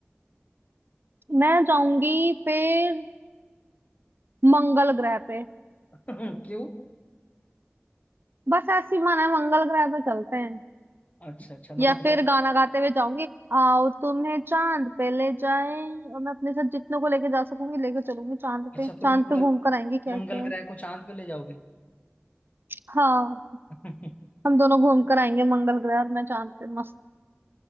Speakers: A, on the right (about 60°); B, on the left (about 35°).
A: मैं जाऊंगी फिर मंगल ग्रह पे
B: चाहोगे <laughs> क्यों
A: बस ऐसी मन है मंगल ग्रह पे चलते हैं
B: अच्छा अच्छा मतलब
A: या फिर
B: क्या
A: गाना गाते हुए जाऊंगी आओ तुम्हें चांद पे ले जाए और मैं अपने साथ जितनों को लेके जा सकूंगी लेके चलूंगी चांद
B: अच्छा
A: पे चांद
B: फिर मंगल
A: पे घूम कर आएंगे क्या
B: मंगल
A: क्या
B: ग्रह को चांद पे ले जाओगे
A: हाँ
B: <laughs>
A: हम दोनों घूम कर आएंगे मंगल ग्रह और मैं चांद पे मस्त